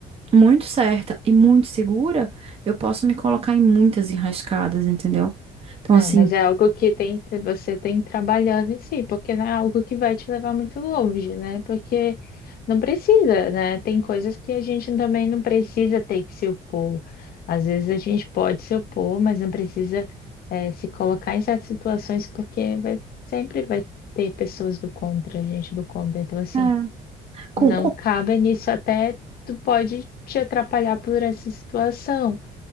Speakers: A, on the right; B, on the left.
A: muito certa e muito segura, eu posso me colocar em muitas enrascadas, entendeu? Então,
B: É,
A: assim,
B: mas é algo que tem, você tem que trabalhar em si, porque não é algo que vai te levar muito longe, né? Porque não precisa, né? Tem coisas que a gente também não precisa ter que se opor. Às vezes a gente pode se opor, mas não precisa, é, se colocar em certas situações, porque vai, sempre vai ter pessoas do contra, gente do contra. Então, assim,
A: É.
B: não
A: com, com...
B: cabe nisso, até tu pode te atrapalhar por essa situação.